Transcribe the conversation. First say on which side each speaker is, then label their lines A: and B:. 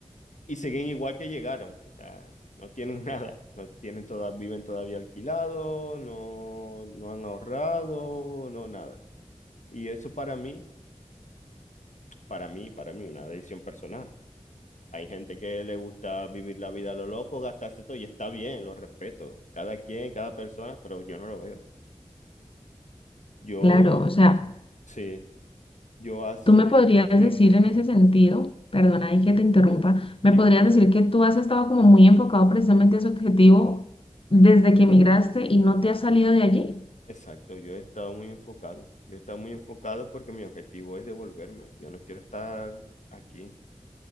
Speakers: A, on the left; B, on the left.
A: y siguen igual que llegaron. O sea, no tienen <laughs> nada, no tienen toda, viven todavía alquilados, no, no han ahorrado, no nada. Y eso para mí, para mí, para mí, una decisión personal. Hay gente que le gusta vivir la vida a lo loco, gastarse todo, y está bien, lo respeto. Cada quien, cada persona, pero yo no lo veo. Yo,
B: claro, o sea,
A: sí, yo hace,
B: tú me podrías decir
A: sí,
B: en
A: dime,
B: ese sentido, perdona y que te interrumpa, me
A: dime.
B: podrías decir que tú has estado como muy enfocado precisamente a ese objetivo desde que emigraste y no te has salido de allí.
A: Exacto, yo he estado muy enfocado. Yo he estado muy enfocado porque mi objetivo es devolverme. Yo no quiero estar aquí.